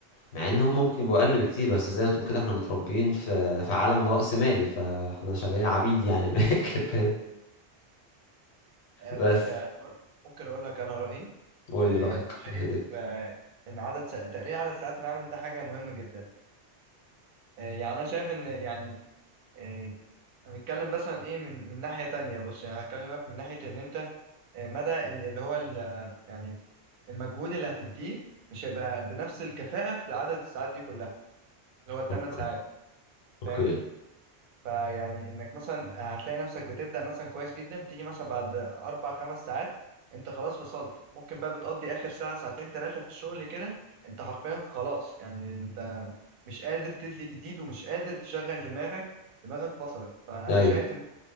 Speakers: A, on the left (about 70°); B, on the right (about 55°).
A: مع ان هم ممكن يبقوا اقل بكتير بس زي ما تقول كده احنا متربيين في في عالم رأسمالي مالي فاحنا شغالين عبيد يعني من <laughs> الاخر فاهم
B: آه، بص
A: بس
B: يعني ممكن اقول لك انا رايي
A: قول
B: آه،
A: لي رأيك
B: أنا شايف
A: يا ريت.
B: آه، إن عدد سا- تقليل عدد ساعات العمل ده حاجة مهمة جدا آه، يعني أنا شايف إن يعني آه، هنتكلم مثلا إيه من من ناحية تانية بص يعني هكلمك من ناحية إن أنت آه، مدى ال- اللي هو ال- آه، يعني المجهود اللي هتديه مش هيبقى بنفس الكفاءة في عدد الساعات دي كلها اللي هو الثمان
A: اوكي
B: ساعات
A: اوكي
B: فاهم فيعني انك مثلا هتلاقي نفسك بتبدأ مثلا كويس جدا تيجي مثلا بعد اربع خمس ساعات انت خلاص فصلت ممكن بقى بتقضي اخر ساعة ساعتين ثلاثة في الشغل كده انت حرفيا خلاص يعني انت مش قادر تدي جديد ومش قادر تشغل دماغك دماغك فصلت فانا
A: ايوه
B: شايف ان